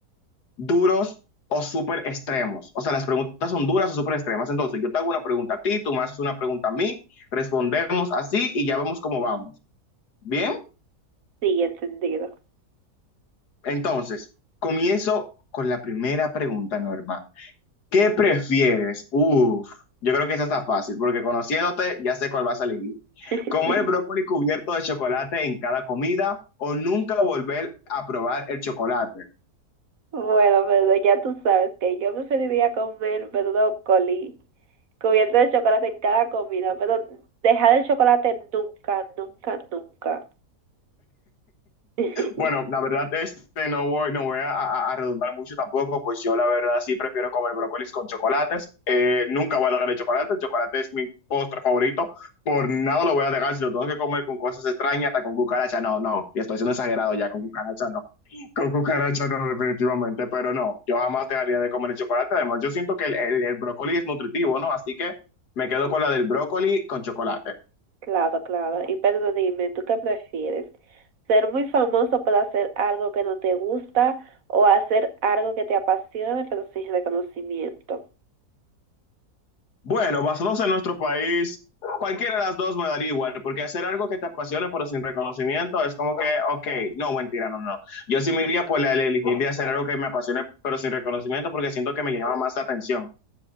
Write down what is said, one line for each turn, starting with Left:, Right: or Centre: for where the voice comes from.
Left: duros o súper extremos. O sea, las preguntas son duras o súper extremas. Entonces, yo te hago una pregunta a ti, tú me haces una pregunta a mí, respondemos así y ya vemos cómo vamos. Bien,
Right: sí, encendido.
Left: entonces, comienzo con la primera pregunta, Norma. ¿Qué prefieres? Uf, yo creo que esa está fácil, porque conociéndote ya sé cuál vas a elegir.
Right: <laughs>
Left: Comer brócoli cubierto de chocolate en cada comida o nunca volver a probar el chocolate.
Right: Bueno, Pedro, ya tú sabes que yo preferiría comer brócoli cubierto de chocolate en cada comida, pero dejar el chocolate nunca, nunca, nunca. <laughs>
Left: Bueno, la verdad, este no voy, no voy a, a- a redundar mucho tampoco, pues yo la verdad sí prefiero comer brócolis con chocolates. Eh, nunca voy a dejar el chocolate, el chocolate es mi postre favorito, por nada lo voy a dejar, si lo tengo que comer con cosas extrañas, hasta con cucaracha, no, no, y estoy siendo exagerado ya, con cucaracha no. Con cucaracha no, definitivamente, pero no, yo jamás dejaría de comer el chocolate. Además, yo siento que el, el- el brócoli es nutritivo, ¿no? Así que me quedo con la del brócoli con chocolate.
Right: Claro, claro. Y Pedro, dime, ¿tú qué prefieres? ¿Ser muy famoso por hacer algo que no te gusta o hacer algo que te apasione pero sin reconocimiento?
Left: Bueno, basados en nuestro país, cualquiera de las dos me daría igual, porque hacer algo que te apasione pero sin reconocimiento es como que, ok, no, mentira, no, no. Yo sí me iría por la de elegir de hacer algo que me apasione pero sin reconocimiento porque siento que me llama más la atención.